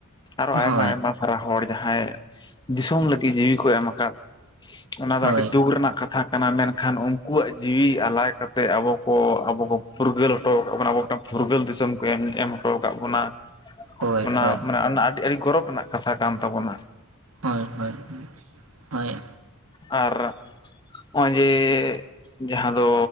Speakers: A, on the left; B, on the right.
A: ᱟᱨᱚ
B: ᱦᱳᱭ
A: ᱟᱭᱢᱟ ᱟᱭᱢᱟ ᱥᱟᱨᱦᱟᱹᱣ ᱦᱚᱲ ᱡᱟᱦᱟᱸᱭ ᱫᱤᱥᱚᱢ ᱞᱟᱹᱜᱤᱫ ᱡᱤᱣᱤ ᱠᱚ ᱮᱢ ᱟᱠᱟᱫ ᱚᱱᱟ
B: ᱦᱳᱭ
A: ᱫᱚ ᱟᱹᱰᱤ ᱫᱩᱠᱷ ᱨᱮᱱᱟᱜ ᱠᱟᱛᱷᱟ ᱠᱟᱱᱟ᱾ ᱠᱟᱱᱟ, ᱢᱮᱱᱠᱷᱟᱱ ᱩᱱᱠᱩᱣᱟᱜ ᱡᱤᱣᱤ ᱟᱞᱟᱭ ᱠᱟᱛᱮ ᱟᱵᱚ ᱠᱚ, ᱟᱵᱚ ᱠᱚ, ᱯᱷᱩᱨᱜᱟᱹᱞ ᱦᱚᱴᱚ ᱟᱵᱚ ᱯᱷᱩᱨᱜᱟᱹᱞ ᱫᱤᱥᱚᱢ ᱠᱚ ᱮᱢ ᱮᱢ ᱦᱚᱴᱚ ᱟᱠᱟᱫ ᱵᱚᱱᱟ᱾
B: ᱦᱳᱭ
A: ᱚᱱᱟ
B: ᱦᱳᱭ
A: ᱟᱱᱮ ᱟᱹᱰᱤ ᱟᱹᱰᱤ ᱜᱚᱨᱚᱵᱽ ᱨᱮᱱᱟᱜ ᱠᱟᱛᱷᱟ ᱠᱟᱱ ᱛᱟᱵᱚᱱᱟ᱾
B: ᱦᱳᱭ, ᱦᱳᱭ, ᱦᱳᱭ᱾
A: ᱟᱨ ᱱᱚᱜᱼᱚᱭ ᱡᱮ ᱡᱟᱦᱟᱸ ᱫᱚ